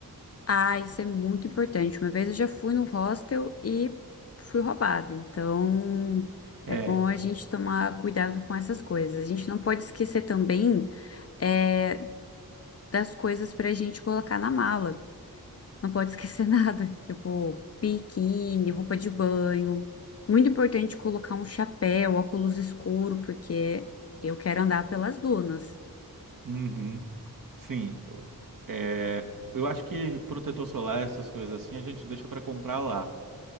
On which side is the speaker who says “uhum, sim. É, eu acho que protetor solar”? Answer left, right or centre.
Right